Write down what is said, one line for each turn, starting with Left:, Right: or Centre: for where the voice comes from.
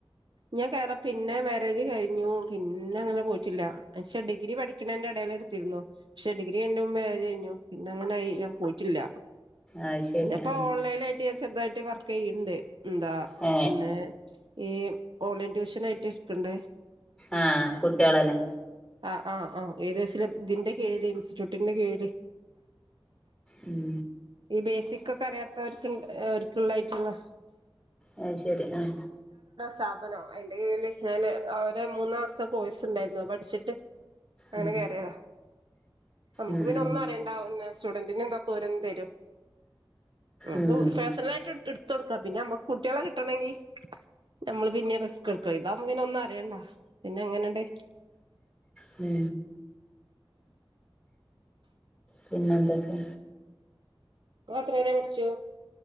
Right: ഞാൻ കേറാ പിന്നെ മാരേജ് കഴിഞ്ഞു പിന്നെ അങ്ങനെ പോയിട്ടില്ല പക്ഷെ ഡിഗ്രി പഠിക്കണേന്റെ ടൽ എടുത്തിരുന്നു പക്ഷെ ഡിഗ്രി എന്റെ മുമ്പേ കഴിഞ്ഞു പിന്നെ അങ്ങനെയി ഞാൻ പോയിട്ടില്ല
Centre: അത് ശരി
Right: പിന്ന ഇപ്പോ
Centre: ആ
Right: ഓൺലൈന ആായിട്ട് ചെറുതായിട്ട് വർക്ക് ചെയ്യണ്ട് എന്താ
Centre: ഏ
Right: പിന്നെ ഈ ഓൺലൈൻ ട്യൂഷൻ ആയിട്ട് എടുക്കണ്ടേ
Centre: ആഹ് കുട്ടികളല്ലേ
Right: ആ ആ ആ ഏസില ഇതിന്റെ കീഴില് ഇൻസ്റ്റിറ്റ്യൂട്ടിന്റെ കീഴില്
Centre: ഉം
Right: ഈ ബേസിക് ഒക്കെ അറിയാത്തവർ ഒക്കുള്ളായിട്ടുള്ള
Centre: ആഹ ശരി ആഹ
Right: സ്ഥാപനോ അതിന്റെ കീഴില് ഞാന് മൂന്ന് മാസത്തെ കോഴ്സ് ഉണ്ടായിരുന്നു പഠിച്ചിട്ട് അങ്ങനെ
Centre: ഉം
Right: കയറിയതാ നമ്മുക്ക്
Centre: ഉം
Right: പിന്നെ
Centre: ഉം
Right: ഒന്നും അറിയണ്ട സ്റ്റുഡന്റിനെ എന്തൊക്കെ ഓരോന്ന് തരും
Centre: ഉം
Right: പ്പ പേഴ്സണല ആായിട്ട് എടുത്ത കൊടുക്കാ പിന്നെ നമ്മക്ക് കുട്ടികളെ കിട്ടണമെങ്കി നമ്മള് പിന്നെ റിസ്ക് എടുക്ക ഇതാവക്പ പിന്നെ ഒന്നും അറിയണ്ട പിന്നെ എങ്ങനെയണ്ടേ
Centre: പി പിന്നന്തൊക്കെ
Right: അ അത്രയര പഠിച്ചു